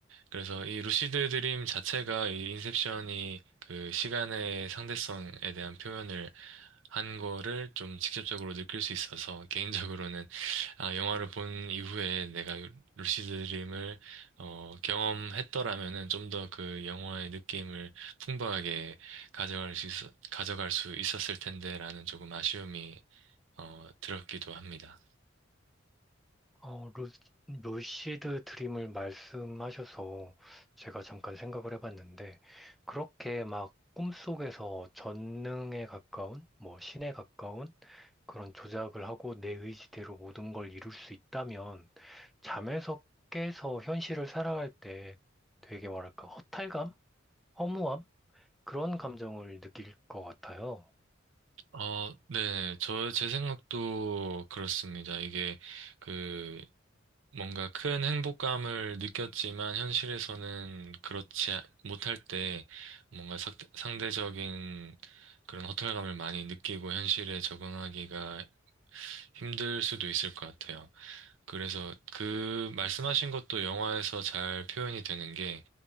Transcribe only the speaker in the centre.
어, 루, 루시드 드림을 말씀하셔서 제가 잠깐 생각을 해봤는데, 그렇게 막 꿈속에서 전능에 가까운, 뭐 신에 가까운 그런 조작을 하고 내 의지대로 모든 걸 이룰 수 있다면, 잠에서 깨서 현실을 살아갈 때 되게 뭐랄까, 허탈감? 허무함? 그런 감정을 느낄 것 같아요.